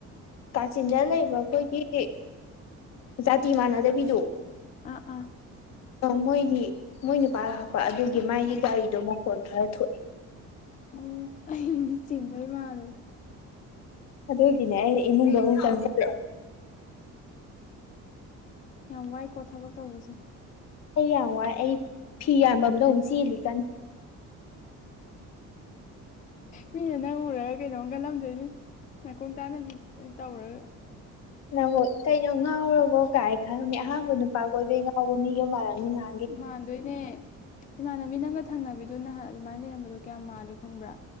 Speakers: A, on the left; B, on the left.
A: ꯀꯥꯆꯤꯟꯗ ꯂꯩꯕ ꯑꯩꯈꯣꯏꯒꯤ ꯖꯥꯇꯤ ꯃꯥꯟꯅꯗꯕꯤꯗꯣ
B: ꯑꯥ ꯑ <inaudible>
A: ꯑꯣ ꯃꯣꯏꯒꯤ ꯃꯣꯏ ꯅꯨꯄꯥ ꯂꯥꯛꯄ ꯑꯗꯨꯒꯤ ꯃꯥꯒꯤ ꯒꯥꯔꯤꯗꯣ ꯃꯈꯣꯟ ꯈꯔ ꯊꯣꯛꯑꯦ
B: ꯑꯣ ꯑꯩꯗꯤ ꯆꯤꯡꯕꯩ ꯃꯥꯗꯔꯦ
A: ꯑꯗꯨꯗ ꯍꯒꯅꯦ ꯏꯃꯨꯡꯗ ꯎ ꯇꯦ
B: ꯌꯥꯝ ꯋꯥꯏꯀꯣ ꯊꯕꯛ ꯇꯧꯕꯁꯦ
A: ꯑꯩ ꯌꯥꯝ ꯋꯥꯏ ꯑꯩ ꯐꯤ ꯌꯥꯝꯕ ꯑꯝꯗ ꯑꯃꯨꯛ ꯆꯦꯜꯂꯤ ꯀꯥꯟ
B: ꯃꯤꯅ ꯅꯪ ꯎꯔꯒ ꯀꯩꯩꯅꯧꯒꯜꯂꯝꯗꯣꯏꯅꯤ ꯅꯥꯀꯣꯡ ꯇꯥꯅꯕꯤ ꯇꯧꯔꯒ
A: ꯅꯪ ꯀꯩꯅꯣ ꯉꯥꯎꯔꯕꯣ ꯀꯥꯏ ꯈꯜꯂꯝꯅꯤ ꯑꯍꯥꯟꯕ ꯅꯨꯄꯥ ꯀ ꯑꯣꯏꯣꯏꯕꯩ ꯉꯥꯎꯕ ꯃꯤꯒ ꯃꯥꯜꯂꯝꯅꯤ ꯉ
B: ꯃꯥꯟꯗꯣꯏꯅꯦ ꯏꯃꯥꯟꯅꯕꯤ ꯅꯪꯒ ꯊꯪꯅꯕꯤꯗꯣ ꯅꯍꯥꯟ ꯑꯗꯨꯃꯥꯏꯅ ꯂꯩꯔꯝꯕꯗꯣ ꯀꯌꯥ ꯃꯥꯜꯂꯦ ꯈꯪꯕ꯭ꯔꯥ